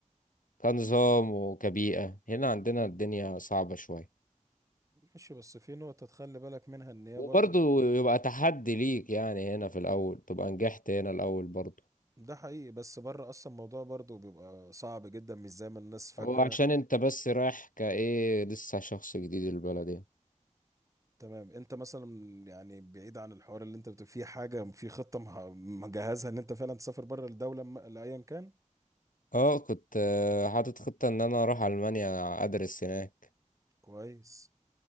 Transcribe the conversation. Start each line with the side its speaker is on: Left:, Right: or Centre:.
Left: كنظام وكبيئة هنا عندنا الدنيا صعبة شوية
Right: ماشي بس في نقطة تخلي بالك منها ان هي
Left: وبرضه
Right: برضو
Left: يبقى تحدي ليك يعني هنا في الأول تبقى نجحت هنا الأول برضه
Right: ده حقيقي بس بره اصلا الموضوع برضه بيبقى صعب جدا مش زي ما الناس فاكره
Left: هو عشان انت بس رايح كايه لسه شخص جديد البلد يعني
Right: تمام انت مثلا يعني بعيد عن الحوار اللي انت بتبقى فيه حاجه في خطه مح- مجهزها ان انت فعلا تسافر بره الدوله م- لايا كان
Left: اه كنت آه، حاطط خطة ان انا اروح المانيا ادرس هناك
Right: كويس